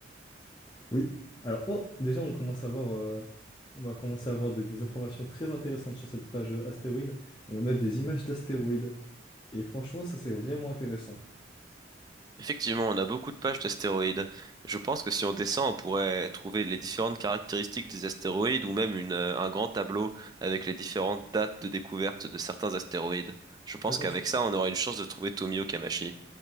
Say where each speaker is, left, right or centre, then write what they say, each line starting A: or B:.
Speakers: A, on the left; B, on the right.
A: Oui. Alors, oh, déjà, on commence à avoir, euh, on va commencer à avoir des, des informations très intéressantes sur cette page euh, astéroïde. On a des images d'astéroïdes. Et franchement, ça c'est vraiment intéressant.
B: Effectivement, on a beaucoup de pages d'astéroïdes. Je pense que si on descend, on pourrait trouver les différentes caractéristiques des astéroïdes ou même une, euh, un grand tableau avec les différentes dates de découverte de certains astéroïdes. Je pense
A: Attends,
B: qu'avec
A: tu,
B: ça, on aura une chance de trouver Tomio Kamachi.